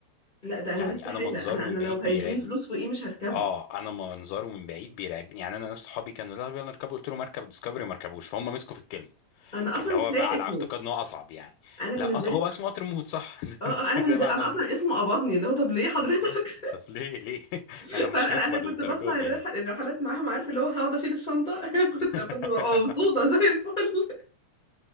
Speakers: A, on the left; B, on the left.
A: لا ده
B: يعني
A: انا ده استحاله
B: انا منظره
A: انا انا
B: من
A: لو
B: بعيد
A: هيدوني
B: بيرعبني
A: فلوس فوقيه مش هركبه
B: اه انا منظره من بعيد بيرعبني يعني انا ناس صحابي كانوا لا يلا نركبه قلت له مركب ديسكفري ما ركبوش فهم مسكوا في الكلمه
A: انا اصلا
B: اللي هو
A: كفايه
B: بقى على
A: اسمه
B: اعتقاد ان هو اصعب يعني
A: انا بالنسبه
B: لا هو
A: لي
B: اسمه قطر الموت صح <laughs> زي
A: اه
B: ما
A: اه انا
B: انت
A: بالنسبه
B: زي ما
A: لي انا
B: انا قلت.
A: اصلا اسمه قبضني اللي هو طب ليه حضرتك
B: بالظبط طب ليه ليه <laughs>
A: <laughs>
B: انا مش
A: فانا انا
B: مجبر
A: أنا كنت
B: للدرجه
A: بطلع
B: دي
A: الرح...
B: يعني
A: الرحلات معاهم عارف اللي هو هقعد اشيل الشنطه <laughs> كنت
B: <laughs>
A: كنت ببقى مبسوطه زي الفل